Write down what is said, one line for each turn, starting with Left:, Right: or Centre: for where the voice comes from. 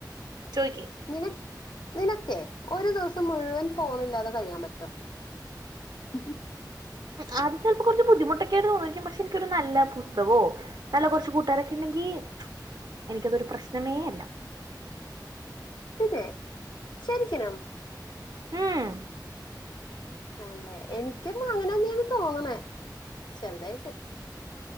Right: ചോയ്ക്കി
Left: നിന നിനക്കേ ഒരു ദിവസം മുഴുവൻ ഫോൺ ഇല്ലാതെ കഴിയാൻ പറ്റോ ഉഹും
Right: ആദ്യം ചിലപ്പോ കുറച്ചു ബുദ്ധിമുട്ടൊക്കെ ആയിട്ട് തോന്നിക്കും പക്ഷെ എനിക്കൊരു നല്ല പുസ്തകോ നല്ല കുറച്ച് കൂട്ടുകാരൊക്കെ ഉണ്ടെങ്കി എനിക്കതൊരു പ്രശ്നമേ അല്ല
Left: ഇല്ലേ ശരിക്കനും
Right: ഉം
Left: ആല്ലെ എനിക്ക അങ്ങനെന്നെയന്ന് തോന്നണേ ചെറുതായിട്ട്